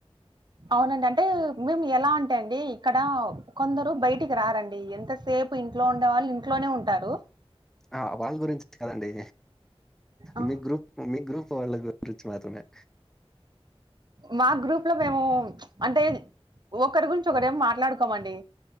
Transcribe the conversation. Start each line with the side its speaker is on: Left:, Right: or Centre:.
Right: అవునండి అంటే మేము ఎలా అంటే అండి ఇక్కడ కొందరు బయటికి రారండి ఎంత సేపు ఇంట్లో ఉండే వాళ్ళు ఇంట్లోనే ఉంటారు.
Centre: ఆ వాళ్ళ గురించి కదండి
Right: ఆ!
Centre: మీ గ్రూప్ మీ గ్రూప్ వాళ్ళ గురించి మాత్రమే
Right: మా గ్రూప్ లో మేము అంటే ఒకరి గురించి ఒకరు ఏమి మాట్లాడుకోమండి.